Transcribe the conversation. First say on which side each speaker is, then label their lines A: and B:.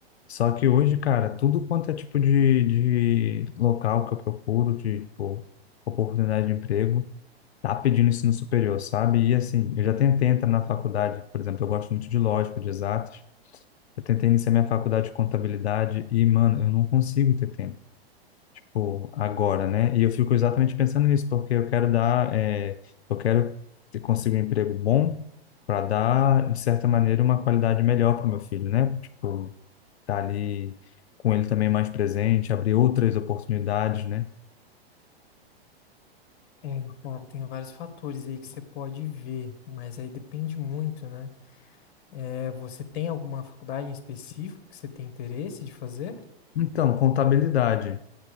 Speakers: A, on the left (about 85°); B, on the left (about 55°).
A: Só que hoje, cara, tudo quanto é tipo de, de local que eu procuro, de, tipo, oportunidade de emprego, tá pedindo ensino superior, sabe? E assim, eu já tentei entrar na faculdade, por exemplo, eu gosto muito de lógica, de exatas. Eu tentei iniciar minha faculdade de contabilidade e, mano, eu não consigo ter tempo, tipo, agora, né? E eu fico exatamente pensando nisso, porque eu quero dar, é, eu quero ter- conseguir um emprego bom para dar, de certa maneira, uma qualidade melhor para o meu filho, né? Tipo, tá ali com ele também mais presente, abrir outras oportunidades, né?
B: É, cara, tem vários fatores aí que você pode ver, mas aí depende muito, né? É, você tem alguma faculdade em específico que você tem interesse de fazer?
A: Então, contabilidade.